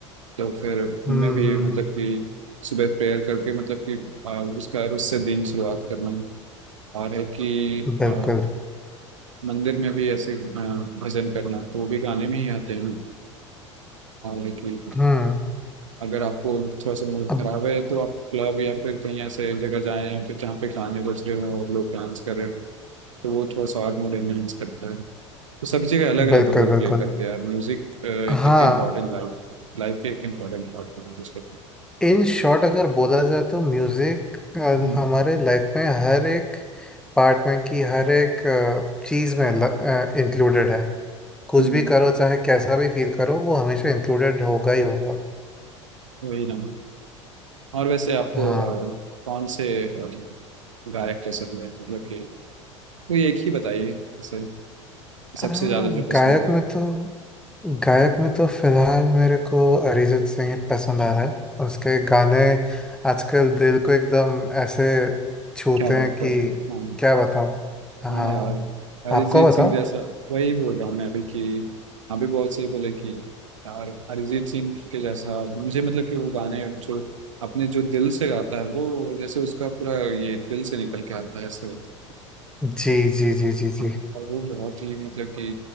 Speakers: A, on the right; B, in the centre.
A: तो फिर उनमें
B: हम्म
A: भी
B: हम्म,
A: मतलब
B: हम्म,
A: कि सुबह प्रेयर करके मतलब कि आ, उसका उससे दिन शुरुआत करना और है कि
B: बिल्कुल
A: आ, मंदिर में भी ऐसे आ, भजन करना तो वो भी गाने में ही आते हैं और है कि
B: हम्म
A: अगर आपको थोड़ा सा मूड
B: अब
A: खराब है तो आप क्लब या फिर कहीं ऐसे जगह जाएं या फिर जहाँ पे गाने बज रहे हो और लोग डांस कर रहे हो तो वो थोड़ा सा और मूड एनहेंस करता है तो सभी जगह अलग
B: बिल्कुल
A: अलग रोल
B: बिल्कुल
A: प्ले करते हैं यार म्यूजिक
B: हाँ
A: एक इम्पॉर्टेंट लाइफ लाइफ की एक इम्पॉर्टेंट पार्ट हो गई जिसके
B: इन शॉर्ट अगर बोला जाए तो म्यूजिक
A: हम्म।
B: हमारे लाइफ में हर एक पार्ट में की हर एक चीज में इंक्लूडेड है कुछ
A: हम्म,
B: भी करो चाहे कैसा भी फील करो वो हमेशा इंक्लूडेड होगा ही होगा
A: वही ना और वैसे आपको
B: हाँ
A: अ, कौन से अ, गायक पसंद है मतलब कि तो एक ही बताइए इसे सबसे
B: हाँ
A: ज्यादा जो पसंद
B: गायक
A: है
B: में तो गायक में तो फिलहाल मेरे को अरिजीत सिंह ही पसंद आ रहा है उसके गाने आजकल दिल को एकदम ऐसे छूते
A: क्या
B: हैं
A: बात
B: कि
A: कर रहे हैं हाँ
B: क्या बताऊं हाँ
A: हाँ यार अरिजीत
B: आपको बताओ
A: सिंह जैसा वही बोल रहा हूँ मैं अभी कि अभी बहुत सही बोले कि यार अरिजीत सिंह के जैसा मुझे मतलब कि वो गाने जो अपने जो दिल से गाता है वो जैसे उसका पूरा ये दिल से निकल के आता है ऐसे होता है
B: जी जी जी जी
A: हाँ,
B: जी
A: और वो बहुत ही मतलब कि